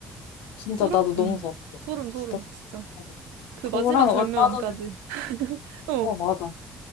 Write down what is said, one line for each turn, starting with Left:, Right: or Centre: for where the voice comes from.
Left: 진짜
Right: 소름?
Left: 나도 너무
Right: 음.
Left: 좋았어.
Right: 소름, 소름.
Left: 진짜. 좋았어.
Right: 진짜.
Left: 맞아.
Right: 그
Left: 그거랑
Right: 마지막 장면까지.
Left: 얼마 전에,
Right: <laughs> 어,
Left: 어, 맞아.